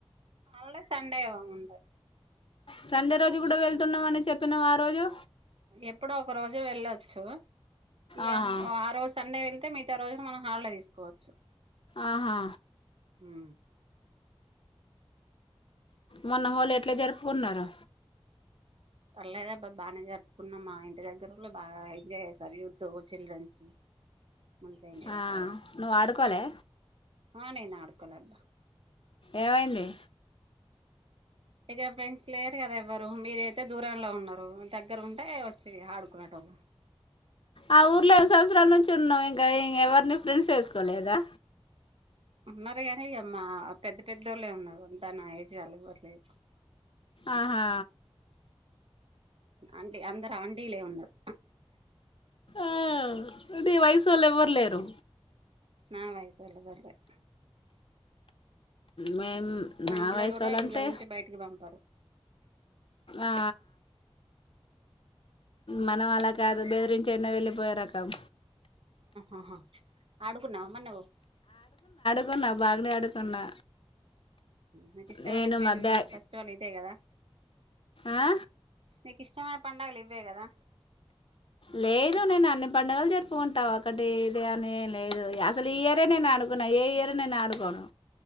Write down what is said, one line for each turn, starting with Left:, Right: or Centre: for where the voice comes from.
Right: ఆల్డే సండే ఏమి ఏమి ఉంటాయి
Left: సండే రోజు కూడా వెళ్తున్నావు అని చెప్పినవ ఆ రోజు
Right: ఎప్పుడో ఒక రోజు వెళ్ళొచ్చు ఇక
Left: ఆహా
Right: ఆ రోజు సండే వేల్ అయితే మిగతా రోజులు మనం హాలీడే తీసుకోవచ్చు
Left: ఆహా
Right: హ్
Left: మొన్న హోలీ ఎట్లా జరుపుకున్నారు
Right: పర్లేదు అబ్బా బాగానే జరుపుకున్నా మా ఇంటి దగ్గర బాగా ఎంజాయ్ చేసారు యూత్ చిల్డ్రన్స్ మంచిగా ఎంజాయ్
Left: ఆ
Right: చేశారు
Left: నువ్వు ఆడుకోలే
Right: ఆ నేను ఆడుకోలే అబ్బా
Left: ఏమైంది
Right: ఇక్కడ ఫ్రెండ్స్ లేరు కదా ఎవ్వరు మీరయితే దూరంలో ఉన్నారు దగ్గర ఉంటే వచ్చి ఆడుకునేటోళ్ళు
Left: ఆ ఊర్లో సంవత్సరాల నుంచి ఉన్నాం ఇంకా ఇం ఎవరిని ఫ్రెండ్స్ వేసుకోలేదా
Right: ఉన్నారు కానీ అయ్యమ్మా పెద్ద పెద్దోళ్ళు ఉన్నారు అంతా నా ఏజ్ వాళ్ళు ఎవరు లేరు
Left: ఆహా
Right: అంటె అందరు అంటి లే ఉన్నారు
Left: ఆ అంటే వయసు వాళ్ళు ఎవ్వరు లేరు
Right: నా వయసు వాళ్ళు ఎవరు లేరు
Left: మేము నా
Right: ఇంట్లో
Left: వయసు
Right: కూడా
Left: వాళ్ళంటే
Right: ఇంట్లో నుంచి బయటికి పంపరు
Left: ఆ మనం అలా కాదు బెదిరించే అయినా వెళ్ళిపోయే రకం
Right: ఆహా ఆడుకున్నావమ్మ నువ్వు
Left: అన్నా బాగానే ఆడుకున్నా
Right: నీకు ఇష్టమైన
Left: నేను
Right: పెన్
Left: మా బ్యా
Right: ఫస్ట్ వన్ ఇదే కదా
Left: ఆ
Right: నీ ఇష్టు చానా పండుగలు ఇవ్వే కదా
Left: లేదు నేను అన్ని పండుగలు జరుపుకుంటా ఒకటి ఇది అని లేదు అసలు ఈ ఇయరే నేను ఆడుకున్నా ఏ ఇయర్ నేను ఆడుకోను